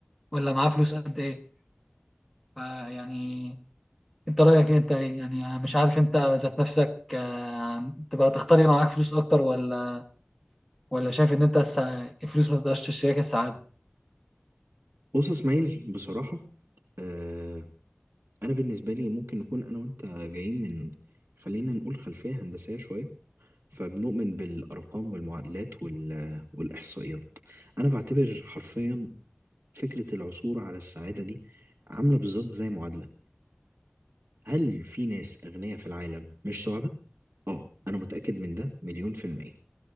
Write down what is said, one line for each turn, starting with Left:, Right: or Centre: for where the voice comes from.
Centre: ولا معاه فلوس قد ايه فيعني انت رايك إيه؟ انت ايه يعني أنا مش عارف انت ذات نفسك آه، تبقى تختار معاك فلوس اكتر ولا ولا شايف ان انت السع- الفلوس ما تقدرش تشتريك السعاده
Right: بص يا إسماعيل بصراحة آه، أنا بالنسبة لي ممكن نكون أنا وأنت جايين من خلينا نقول خلفية هندسية شوية فبنؤمن بالأرقام والمعادلات وال والإحصائيات أنا بعتبر حرفيا فكرة العثور على السعادة دي عاملة بالظبط زي معادلة هل في ناس أغنياء في العالم مش سعداء؟ اه انا متأكد من ده مليون في المية